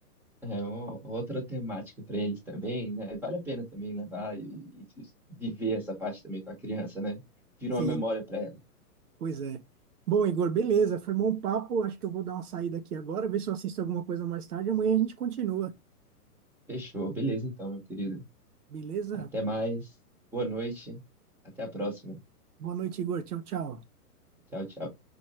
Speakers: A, in the centre; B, on the right.
A: É o- outra temática para eles também, né? E Vale a pena também levar e, e- e viver essa parte também com a criança, né? Virou
B: Sim,
A: uma memória para ela.
B: pois é. Bom, Igor, beleza. Foi bom papo. Acho que eu vou dar uma saída aqui agora, ver se eu assisto alguma coisa mais tarde. Amanhã a gente continua.
A: Fechou, beleza então, meu querido.
B: Beleza?
A: Até mais. Boa noite. Até a próxima.
B: Boa noite, Igor. Tchau, tchau.
A: Tchau, tchau.